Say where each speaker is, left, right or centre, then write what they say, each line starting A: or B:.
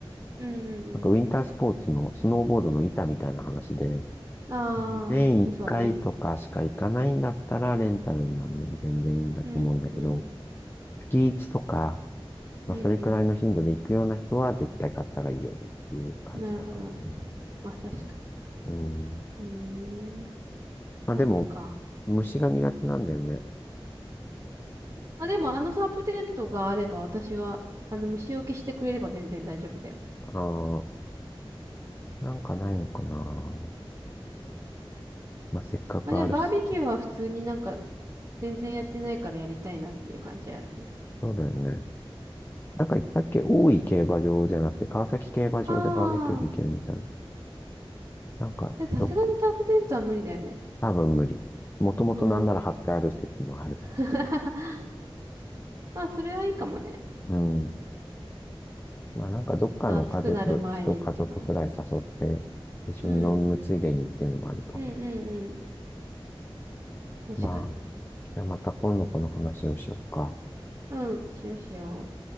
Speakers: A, on the right (about 45°); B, on the left (about 25°).
A: うん、うん、
B: なんかウィンタースポーツのスノーボードの板みたいな話で、
A: うん。ああ、
B: 年1回とかしか行かないんだったらレンタルになるより全然いいんだと思うんだけど、
A: そうだね。うん、うん。
B: 月1とか、
A: うん
B: まあそれくらいの頻度で行くような人は絶対買った方がいいよねっていう感じだからね。
A: うん。なるほど。まあ確かに。
B: うん。
A: うーん。キャンプか。
B: まあでも、虫が苦手なんだよね。
A: まあ、でもあのタープテントがあれば私は、あの虫除けしてくれれば全然大丈夫だよ。
B: ああ、なんかないのかな。まあせっかくあるし、
A: まあでもバーベキューは普通になんか全然やってないからやりたいなっていう感じあるね。
B: そうだよね。なんか言ったっけ大井競馬場じゃなくて、川崎競馬場でバーベキューできるみたいな。
A: ああ。
B: なんか、
A: でもさすがにタープテントは無理だよね。
B: どっ、多分無理。もともとなんなら貼ってある説もある。
A: うん。<laughs> まあそれはいいかもね。
B: うん。まあなんかどっかの家族、
A: ちょっと暑くなる前にって感じ。
B: 一家族くらい誘って、一緒に飲むついでにっていうのもありかもね。
A: うん。うんうんうん。確かに。
B: まあ、じゃあまた今度この話をしよっか。
A: うん。しようしよう。